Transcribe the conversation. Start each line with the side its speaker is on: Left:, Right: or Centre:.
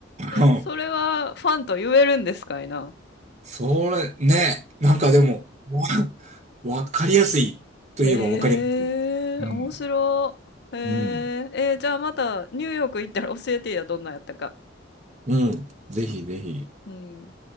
Right: うん。
Left: それはファンと言えるんですかいな。
Right: それ、ね、なんかでも、わわかりやすいといえばわかりやすい。
Left: へえ、
Right: うん。
Left: 面白い。へえ、
Right: うん。
Left: えーじゃあまたニューヨーク行ったら教えてや、どんなんやったか。
Right: うん。ぜひぜひ。
Left: うん。